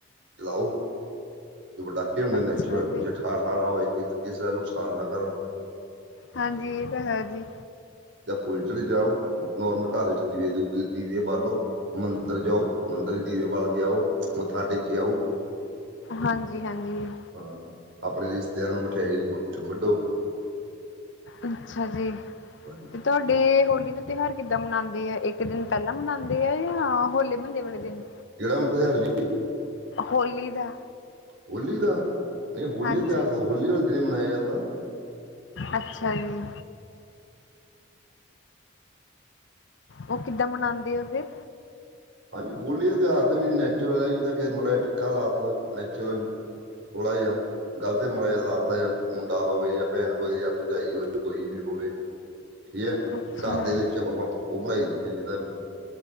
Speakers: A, on the right (about 70°); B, on the left (about 70°).
A: ਲਾਓ। ਜੋ ਪਟਾਕੇ ਹੁੰਦੇ
B: ਅੱਛਾ
A: ਨੈਚੁਰਲ
B: ਜੀ,
A: ਜੇ ਠਾਂ, ਠਾ ਨਾ ਹੋਏਗੀ, ਕਿਸੇ ਦਾ ਨੁਕਸਾਨ ਨਾ ਕਰੋ
B: ਹਾਂਜੀ ਇਹ ਤਾਂ ਹੈ ਜੀ।
A: ਜਾ ਫੁੱਲਚਲੀ ਜਲਾਓ, ਨੋਰਮਲ ਘੱਰ ਵਿੱਚ ਦੀਵੇ ਦੂਵ ਦੀਵੇ ਬਾਲੋ ਮੰ ਮੰਦਰ ਜਾਓ, ਮੰਦਰ ਚ ਦੀਵੇ ਵਾਲ ਕੇ ਆਓ, ਮੱਥਾ ਟੇਕ ਕੇ ਆਓ।
B: ਹਾਂਜੀ, ਹਾਂਜੀ।
A: ਹਾਂ ਆਪਣੇ ਰਿਸ਼ਤਦਾਰ ਨੂੰ ਮਿਠਾਈ ਵੰਡੋ।
B: ਅੱਛਾ ਜੀ
A: ਹਾਂਜੀ
B: ਤੇ ਤੁਹਾਡੇ ਹੋਲੀ ਦਾ ਤਿਉਹਾਰ ਕਿੱਦਾਂ ਮਨਾਉਂਦੇ ਆ ਇੱਕ ਦਿਨ ਪਹਿਲਾਂ ਮਨਾਂਦੇ ਮਨਾਉਂਦੇ ਆ ਜਾਂ ਹੋਲੇ ਮਹੱਲੇ ਵਾਲੇ ਦਿਨ।
A: ਜ <unintelligible>
B: ਹੋਲੀ ਦਾ
A: ਹੋਲੀ ਦਾ ਨਹੀਂ ਹੋਲੀ
B: ਹਾਂਜੀ,
A: ਦਾ ਤਿਉਹਾਰ ਹੋਲੀ ਵਾਲੇ ਦਿਨ ਮਨਾਇਆ ਜਾਂਦਾ।
B: ਅੱਛਾ ਜੀ। ਓ ਕਿੱਦਾ ਮਨਾਂਦੇ ਹੈ ਫਿਰ?
A: ਹਾਂਜੀ, ਹੋਲੀ ਦਾ ਤਿਉਹਾਰ ਦਾ ਵੀ ਨੈਚੁਰਲ ਹੈ ਜਿੱਦਾ ਕਿ ਮਾੜਾ ਟਿੱਕਾ ਲਾ ਤਾ ਨੈਚੁਰਲ ਥੋੜਾ ਜਿਹਾ ਗਲਤ ਮਾਇਆ ਲਾ ਤਾ ਹੈ ਮੁੰਡਾ ਹੋਵੇ ਜਾਂ ਭੈਣ ਹੋਵੇ ਜਾਂ ਭਰਜਾਈ ਹੋਵੇ ਕੋਈ ਵੀ ਹੋਵੇ। ਠੀਕ ਹੈ
B: ਅੱਛਾ,
A: ਘੱਰ ਦੇ ਵਿੱਚ ਆਪਾ, ਆਪਾ ਓ ਬਨਾਈ ਦੀ ਹੈ ਜਿੱਦਾ